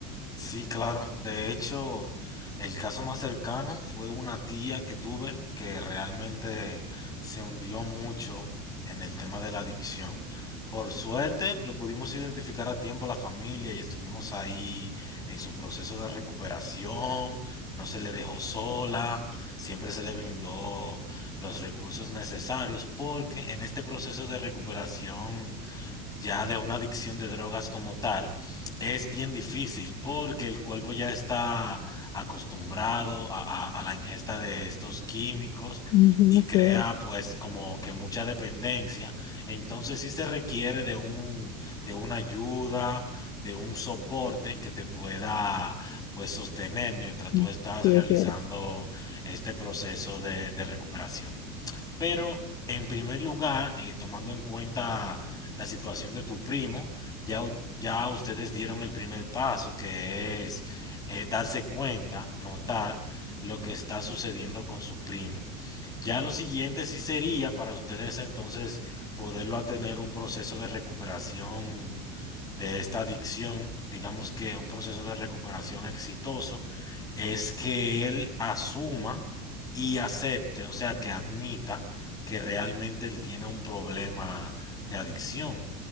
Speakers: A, on the left (about 20°); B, on the left (about 55°).
A: Sí, claro. De hecho, el caso más cercano fue una tía que tuve que realmente se hundió mucho en el tema de la adicción. Por suerte, lo pudimos identificar a tiempo la familia y estuvimos ahí en su proceso de recuperación. No se le dejó sola, siempre se le brindó los recursos necesarios porque en este proceso de recuperación ya de una adicción de drogas como tal, es bien difícil porque el cuerpo ya está acostumbrado a, a- a la ingesta de estos químicos
B: Ujú,
A: y crea
B: sí es,
A: pues como que mucha dependencia. Entonces sí se requiere de un, de una ayuda, de un soporte que te pueda pues sostener mientras
B: mm,
A: tú estás
B: sí
A: realizando
B: es cierto.
A: este proceso de de recuperación. Pero en primer lugar, eh, tomando en cuenta la situación de tu primo, ya, u- ya ustedes dieron el primer paso, que es eh, darse cuenta, notar lo que está sucediendo con su primo. Ya lo siguiente sí sería para ustedes entonces poderlo a tener un proceso de recuperación de esta adicción, digamos que un proceso de recuperación exitoso, es que él asuma y acepte, o sea, que admita que realmente él tiene un problema de adicción,